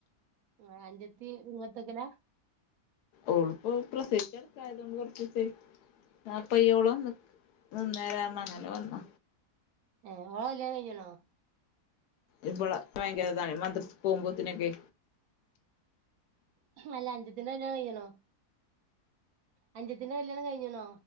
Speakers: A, on the right; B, on the left.
A: ആ അഞ്ചത്തി ഇങ്ങത്തക്കര
B: ഓള് പ്പോ പ്രസവിച്ച് കടക്കായതോണ്ട് കൊറച്ചീസേ നാ പ്പയോള് നിക്ക് നിന്നരാ അങ്ങനെ വന്ന
A: ഏ ഓള കല്യാണം കഴിഞ്ഞാണോ
B: ഇപള ഭയങ്കരതാണ് മദ്രസ് പോകുമ്പോത്തിനൊക്കെ
A: അല്ല അഞ്ചത്തിന്റെ കല്യാണം കയിഞ്ഞാണോ അഞ്ചത്തിന്റെ കല്യാണം കഴിഞ്ഞണോ